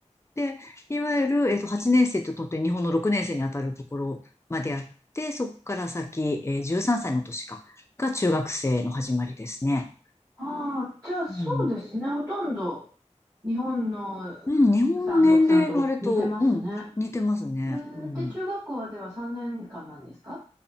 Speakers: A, on the left; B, on the right.
A: で、いわゆる、えっと、8年生ととって日本の6年生にあたるところまであって、そこから先、えー、13歳の年か、が中学生の始まりですね。
B: ああ、じゃあそうですね、
A: うん。
B: ほとんど。日本の363と似てますね。
A: うん、日本の年齢のあれと、うん、似てますね。
B: えー、
A: うん。
B: で、中学校はでは3年間なんですか